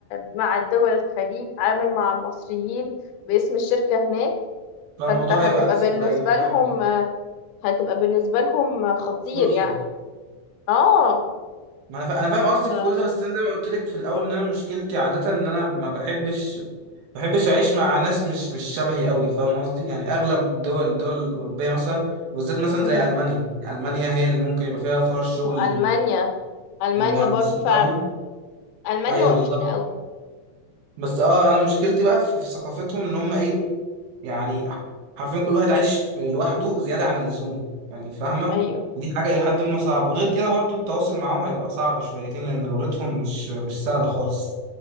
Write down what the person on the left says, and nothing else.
مع الدول الخليج تتعامل مع المصريين باسم الشركة هناك
فأنت هتبقى
بالنسبة
لهم
هتبقى بالنسبة لهم خطير
يعني اه
ف...
مم.
وألمانيا ألمانيا
برضو فعلا
ألمانيا
واقفين
قوي
أيوه